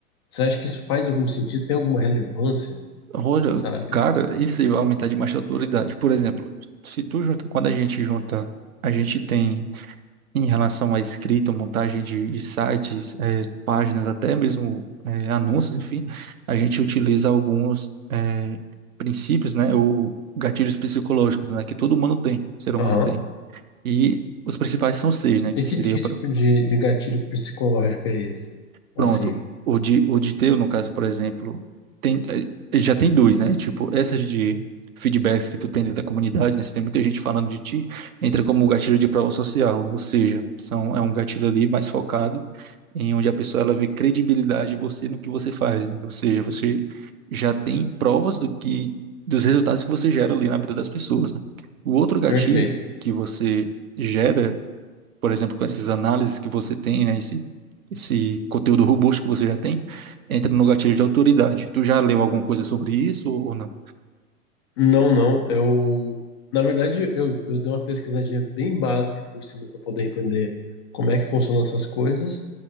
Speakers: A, on the left (about 20°); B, on the right (about 70°).
A: Você acha que isso faz algum sentido? Tem alguma relevância,
B: Olha,
A: sabe?
B: cara, isso aí vai aumentar demais a autoridade. Por exemplo, se tu junta, quando a gente junta, a gente tem em relação à escrita, montagem de, de sites, eh, páginas, até mesmo eh, anúncios, enfim, a gente utiliza alguns eh, princípios, né, ou gatilhos psicológicos, né, que todo humano tem, ser humano
A: Aham.
B: tem. E os principais são seis, né, que
A: E que,
B: seria,
A: que
B: pr-
A: tipo de, de gatilho psicológico é esse?
B: pronto,
A: Assim,
B: o de, o de teu, no caso, por exemplo, tem, eh, já tem dois, né, tipo, essas de feedbacks que tu tem dentro da comunidade, né, se tem muita gente falando de ti, entra como gatilho de prova social, ou seja, são, é um gatilho ali mais focado em onde a pessoa ela vê credibilidade em você no que você faz, né? Ou seja, você já tem provas do que dos resultados que você gera ali na vida das pessoas, né? O outro gatilho
A: perfeito.
B: que você gera, por exemplo, com essas análises que você tem, né, esse esse conteúdo robusto que você já tem, entra no gatilho de autoridade. Tu já leu alguma coisa sobre isso ou ou não?
A: Não, não. Eu, na verdade, eu, eu dei uma pesquisadinha bem básica por cima para poder entender como é que funcionam essas coisas.